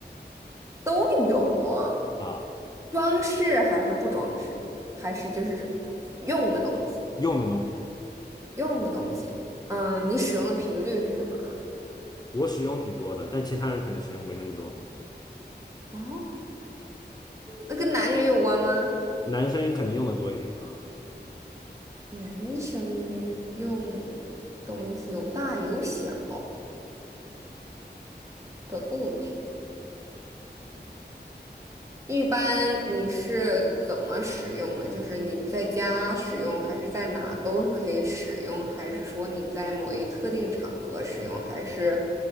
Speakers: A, on the right; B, on the left.
A: 都有，
B: 啊，
A: 装饰还是不装饰，还是就是用的东西，
B: 用的东西，
A: 用的东西。嗯，你使用的频率是什么啊？
B: 我使用挺多的，但其他人可能使用没那么多，
A: 哦，那跟男女有关吗？
B: 男生可能用的多一点啊，
A: 男生用东西有大有小的物品。一般你是怎么使用呢？就是你在家使用，还是在哪都可以使用，还是说你在某一特定场合使用，还是